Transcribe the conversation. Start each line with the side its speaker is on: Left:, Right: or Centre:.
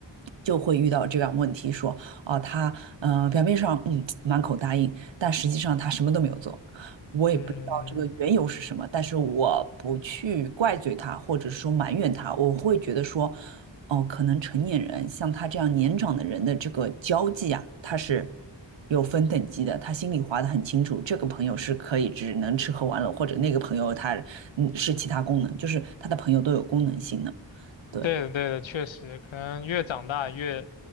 Right: 就会遇到这样问题说，啊，他嗯，表面上嗯满口答应，但实际上他什么都没有做。我也不知道这个缘由是什么，
Left: 嗯。
Right: 但是我不去怪罪他，或者说埋怨他，我会觉得说，哦，可能成年人像他这样年长的人的这个交际啊，他是有分等级的，他心里划得很清楚，这个朋友是可以只能吃喝玩乐，或者那个朋友他嗯是其他功能，就是他的朋友都有功能性的，对。
Left: 对的，对的，确实，可能越长大越，